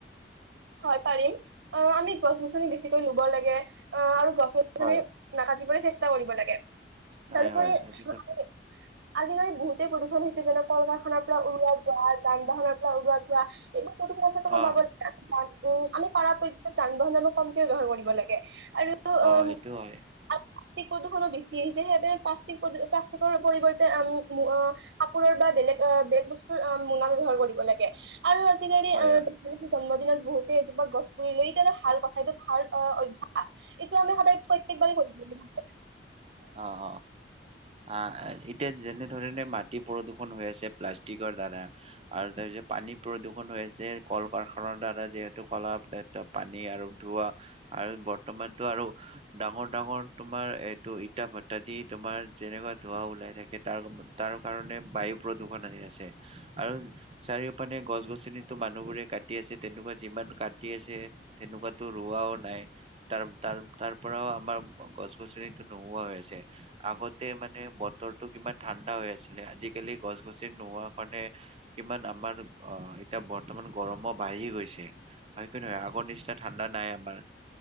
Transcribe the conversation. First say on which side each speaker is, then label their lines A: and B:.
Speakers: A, on the right; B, on the right.
A: হয় পাৰিম, অ', আমি গছ গছনি বেছিকৈ লুব লাগে, অ', আৰু গছ গছনি
B: হয়
A: নাকাতিবলৈ চেষ্টা কৰিব লাগে। তাৰোপৰি
B: হয় হয়
A: আজিকালি
B: সেইটোতো
A: বহুতে পপ্ৰদূষণ হৈছে, যেনে কল কাৰখানাৰ পৰা উৰুৱা ধোৱা, যান বাহনৰ পৰা উৰুৱো ধোৱা, এইবোৰ <unintelligible>
B: অ
A: উম, আমি পাৰা-পক্ষত যান বাহন আনো কমকৈ ব্যৱহাৰ কৰিব লাগে। আৰু
B: অ
A: উম,
B: সেইটো হয়
A: <unintelligible> পিক প্ৰদূষণো বেছি হৈছে, সেইবাবে প্লাষ্টিক প্ৰদু অ', প্লাষ্টিক তাৰ পৰিৱৰ্তে আম ম কাপোৰৰ বা বেলেগ অ বেলেগ বস্তুৰ মোনা ব্যৱহাৰ কৰিব লাগে। আৰু আজিকালি
B: হয়
A: অ <inaudible>
B: হয়
A: জন্মদিনত বহুতে এজোপা গছ পুুলি ৰুই এতি এটা ভাল কথা এইটো ভাল অভ্যাস। এতিয়া আমি সদায় প্ৰত্যেক বাৰেই কৰিব <unintelligible>
B: হ হ। আ এ, এতিয়া যেনে ধৰণে মাটি প্ৰদূষণ হৈ আছে প্লাষ্টিকৰ দ্বাৰা। আৰু তাৰপিছত পানী প্ৰদূষণ হৈ আছে কল কাৰখানাৰ দ্বাৰা যিহেতু কলা পানী আৰু ধোৱা আৰু বৰ্তমানটো আৰু ডাঙৰ ডাঙৰ তোমাৰ এইটো টা ভাটা দি তোমাৰ যেনেকুৱা ধোঁৱা ওলাই থাকে তাৰ তাৰ কাৰণে বায়ু প্ৰদূষণ আহি আছে। আৰু চাৰিওফানে গছ গছনিতো মানুহবোৰে কাটি আছে, তেনেকুৱা যিমান কাটি আছে, তেনেকুৱাতো ৰোৱাও নাই। তাৰ তাৰ তাৰ পৰাও আমাৰ গছ গছনি হৈ আছে। আগতে মানে বতৰটো কিমান ঠাণ্ডা হৈ আছিলে, আজিকালি গছ গছনি নোহোৱা কাৰণে কিমান আমাৰ অহ এতিয়া বৰ্তমান গৰমো বাঢ়ি গৈছে। হয় কি নহয় আগৰ নিচিনা ঠাণ্ডা নাই আমাৰ